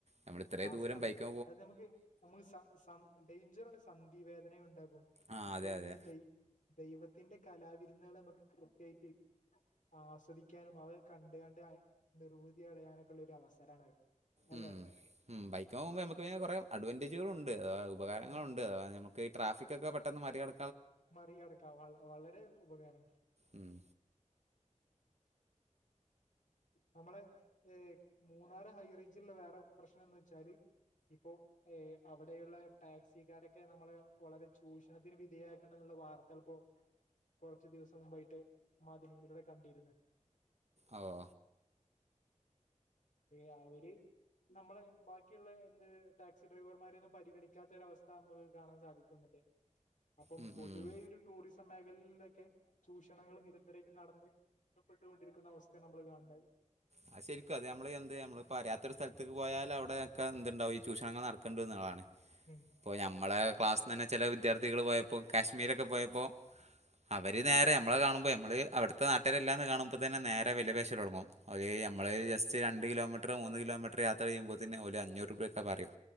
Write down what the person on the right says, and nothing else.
നമ്മൾ ഇത്രേ
ദൂരം ബൈക്ക്
ആ
അതെ അതെ
ഉം. ഉം ബൈക്ക്മ്മെ പോകുമ്പം നമുക്ക് പിന്നേ കൊറെ അഡ്വാന്റെജുകളും ഉണ്ട് അതാ ഉപകാരങ്ങളുണ്ട്
അതാ നമുക്ക് ഈ ട്രാഫിക്കൊക്കെ പെട്ടെന്ന് മറികട
ഉം.
അഓ
ഉം,
ഉം.
അഹ് ശരിക്കും അത് നമ്മള് എന്തേ നമ്മള് പറയാത്ത ഒരു സ്ഥലത്ത് ഇ പോയാലവിടെയക്കെ എന്തുണ്ടാവും ഈ ചൂഷണങ്ങള് നടക്ക്ണ്ട്ന്നുള്ളതാണ്
പ്പോ ഞമ്മളെ ക്ലാസ്സി തന്നെ ചെല വിദ്യർത്ഥികള് പോയപ്പോ കാശ്മീരൊക്കെ പോയപ്പോ അവര് നേരെ നമ്മളെ കാണുമ്പ നമ്മള് അവിടുത്തെ നാട്ടിലെല്ലാന്ന് കാണുമ്പതന്നെ നേരെ വെല പേശലൊടങ്ങും ഒരേ നമ്മള് ഒരു ജസ്റ്റ് രണ്ട് കിലോമീറ്ററ് മൂന്ന് കിലോമീറ്റർ യാത്ര ചെയ്യുമ്പോൾത്തന്നന് ഒരു അഞ്ഞൂറ്പ്യാക്കൊ പറയും